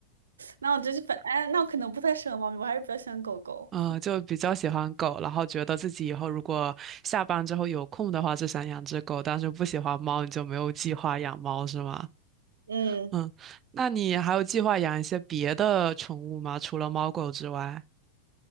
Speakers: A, on the right (about 70°); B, on the right (about 30°).
A: 那我觉得就反，哎，那我可能不太适合猫咪，我还是比较喜欢狗狗。
B: 嗯，就比较喜欢狗，然后觉得自己以后如果下班之后有空的话，就想养只狗，但是不喜欢猫，你就没有计划养猫是吗？
A: 嗯
B: 嗯，那你还有计划养一些别的宠物吗？除了猫狗之外，